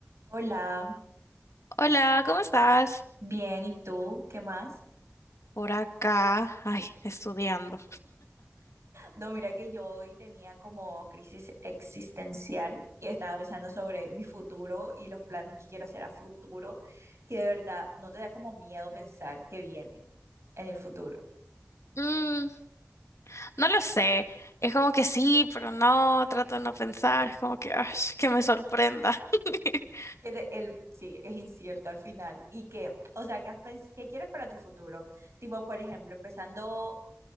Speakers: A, on the right; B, on the left.
A: Hola,
B: Hola, ¿cómo estás?
A: bien, ¿y tú? ¿Qué más?
B: Por acá, ay, estudiando.
A: No, mira que yo hoy tenía como crisis existencial y estaba pensando sobre mi futuro y los planes que quiero hacer a futuro, que de verdad no te da como miedo pensar que viene en el futuro,
B: Mm, no lo sé. Es como que sí, pero no, trato de no pensar. Es como que, ay, que me sorprenda. <laughs>
A: que de- el, sí, es incierto al final y que, o sea, que has pens- ¿qué quieres para tu futuro? Tipo, por ejemplo, empezando